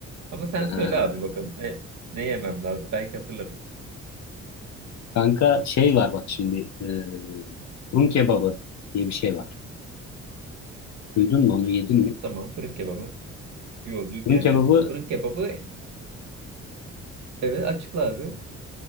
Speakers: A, on the right; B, on the left.
A: Ama sen
B: Aa,
A: söyle abi bakalım ne, ne yemem lazım. Belki hatırlarım.
B: kanka şey var bak şimdi. Eee fırın kebabı diye bir şey var. Duydun mu onu yedin mi?
A: Tamam fırın kebabı. Yo, du-
B: Fırın
A: yani
B: kebabı
A: fırın kebabı Evet açıkla abi.